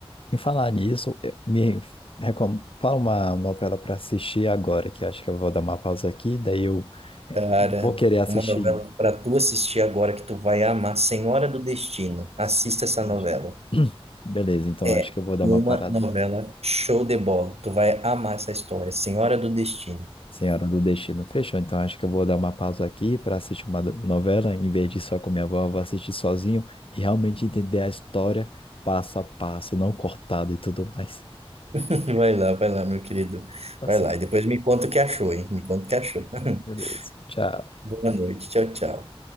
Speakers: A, on the left (about 60°); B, on the right (about 85°).
A: Em falar nisso, eu- me recom... fala uma novela para assistir agora, que acho que eu vou dar uma pausa aqui, daí eu eh,
B: Cara,
A: vou querer assistir.
B: uma novela para tu assistir agora que tu vai amar, Senhora do Destino. Assista
A: Sim,
B: essa
A: imagina.
B: novela.
A: <clears throat> Beleza, então
B: É
A: acho que eu vou dar
B: uma
A: uma parada.
B: novela show de bola. Tu vai amar essa história, Senhora do Destino.
A: Senhora do Destino, fechou? Então acho que eu vou dar uma pausa aqui para assistir uma do- novela, em vez de ir só com minha avó, eu vou assistir sozinho e realmente entender a história passo a passo, não cortado e tudo mais.
B: <laughs> Vai lá, vai lá, meu querido.
A: Tá
B: Vai
A: certo.
B: lá e depois me conta o que achou, hein? Me conta o que achou. <laughs>
A: Beleza, tchau.
B: Boa noite. Tchau, tchau.